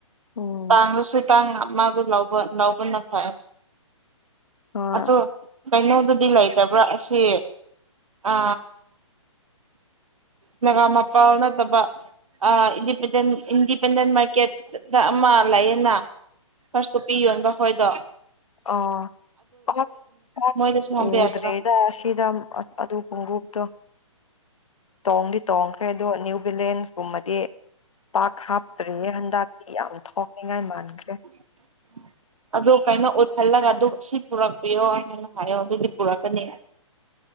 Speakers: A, on the left; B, on the right.
A: ꯎꯝ
B: ꯇꯥꯡꯂꯨꯁꯨ ꯇꯥꯡꯅ ꯑꯃꯛ ꯂꯧꯕ ꯅꯥꯎꯕꯅ ꯐꯩ
A: ꯍꯣꯏ
B: ꯑꯗꯣ ꯀꯩꯅꯣꯗꯗꯤ ꯂꯩꯇꯕ꯭ꯔꯥ ꯑꯁꯤ ꯑ ꯅꯒꯥꯃꯄꯥꯜ ꯅꯠꯇꯕ ꯑ ꯏꯟꯗꯤꯄꯦꯟꯗꯦꯟ ꯏꯟꯗꯤꯄꯦꯟꯗꯦꯟ ꯃꯥꯔꯀꯦꯠꯇ ꯑꯃ ꯂꯩꯌꯦꯅ ꯐꯔꯁ ꯀꯣꯄꯤ ꯌꯣꯟꯕ ꯈꯣꯏꯗꯣ
A: ꯑ <unintelligible>
B: ꯃꯣꯏꯗꯁꯨ ꯍꯪꯕ
A: ꯎꯗ꯭ꯔꯦꯗ
B: ꯌꯥꯗ꯭ꯔꯣ
A: ꯑꯁꯤꯗ ꯑꯗꯨ ꯈꯣꯡꯎꯞꯇꯣ ꯇꯣꯡꯗꯤ ꯇꯣꯡꯈ꯭ꯔꯦ ꯑꯗꯣ ꯅ꯭ꯌꯨ ꯚꯤꯂꯦꯟꯁꯀꯨꯝꯕꯗꯤ ꯄꯥꯛ ꯍꯥꯞꯇ꯭ꯔꯤꯉꯩ ꯍꯟꯗꯛꯇꯤ ꯌꯥꯝ ꯊꯣꯛꯅꯤꯡꯉꯥꯏ ꯃꯥꯟꯈ꯭ꯔꯦ
B: <unintelligible> ꯑꯗꯨ ꯀꯩꯅꯣ ꯑꯣꯏꯍꯜꯂꯒ ꯑꯗꯨ ꯁꯤ ꯄꯨꯔꯛꯄꯤꯌꯣ ꯍꯥꯏꯅ ꯍꯥꯏꯌꯣ ꯑꯗꯨꯗꯤ ꯄꯨꯔꯛꯀꯅꯤ